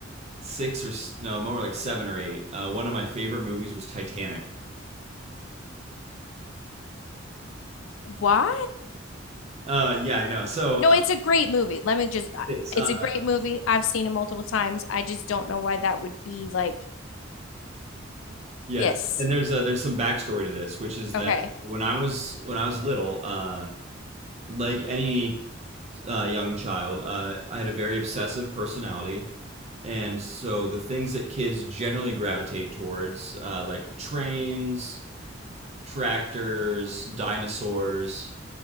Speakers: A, on the right; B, on the left.
A: six or s- no, more like seven or eight. Uh, one of my favorite movies was Titanic.
B: Why?
A: Uh, yeah, I know. So,
B: No,
A: uh,
B: it's a great movie. Let me just, I-
A: it's, uh,
B: it's a great movie. I've seen it multiple times. I just don't know why that would be like,
A: yeah,
B: yes.
A: and there's uh, there's some backstory to this, which is
B: Okay.
A: that when I was when I was little, uh, like any uh, young child, uh, I had a very obsessive personality, and so the things that kids generally gravitate towards, uh, like trains, tractors, dinosaurs,